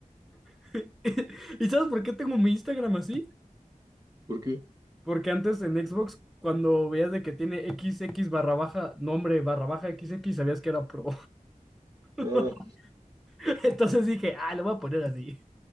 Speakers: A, in the centre; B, on the right (about 25°).
A: <laughs> ¿Y sabes por qué tengo mi Instagram así?
B: ¿Por qué?
A: Porque antes en Xbox, cuando veías de que tiene XX barra baja, nombre barra baja XX, sabías que era pro. <laughs>
B: Ah,
A: Entonces dije, ah, lo voy a poner así.